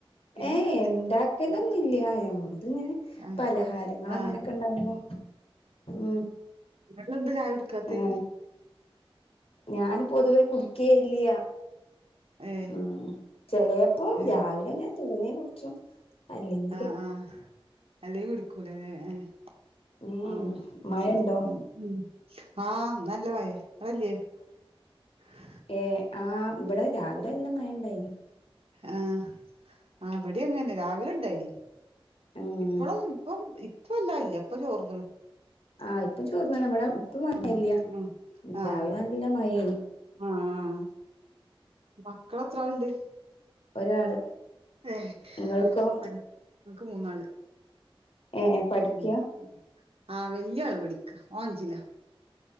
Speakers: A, on the right; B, on the left.
A: പിന്നൊക്കെല്ലേ
B: ഏയ് ഇണ്ടാക്കലൊന്നും ഇല്ല ഞമ്മളിത് ഇങ്ങനെ
A: ആ
B: പലഹാരങ്ങൾ
A: ആ
B: അങ്ങനൊക്കെ ഇണ്ടാവുമ്പോ ഉം
A: നിങ്ങള് എന്താ ചായ കുടിക്കാത്തെ
B: ആഹ് ഞാൻ പൊതുവേ കുടിക്കേ ഇല്ല്യ
A: ഏ
B: ആഹ് ചെലേപ്പം
A: ഏ
B: രാവിലെ ഇങ്ങനെ തോന്നിയാ കുടിച്ചും അല്ലെങ്കില്
A: ആഹ് ആഹ് അല്ലേ കുടിക്കൂലല്ലേ ഏഹ്
B: ഉം
A: ആഹ്
B: മഴണ്ടോ
A: ശരി ഉം ഉം ആഹ് ഇന്ന് നല്ല മയയാ <unintelligible>
B: ഏയ് ആഹ് ഇവിടെ രാവിലെ നല്ല മഴയുണ്ടായിനി
A: ആഹ് അവിടെയും അങ്ങനെ രാവിലെ ഉണ്ടായിനി
B: ഉം
A: ഇപ്പളും ഇപ്പം ഇപ്പവില്ല ഇല്ല ഇപ്പൊ ചോർന്നുണു
B: ആഹ് ഇപ്പൊ ചോർന്നാണ് ഇവിടെ ഇപ്പം മഴയില്ല
A: ഉം ഉം ആഹ്
B: രാവിലെ നല്ല മഴേയേനി
A: ആഹ് മക്കളെത്രാളുണ്ട്
B: ഒരാള്
A: ഏഹ്
B: ഇങ്ങൾക്കോ
A: പഠി നിക്ക് മൂന്നാള്
B: ഏഹ് പഠിക്ക
A: ഉം ആഹ് വല്യാള് പടിക്കാ ഓൻ അഞ്ചിലാ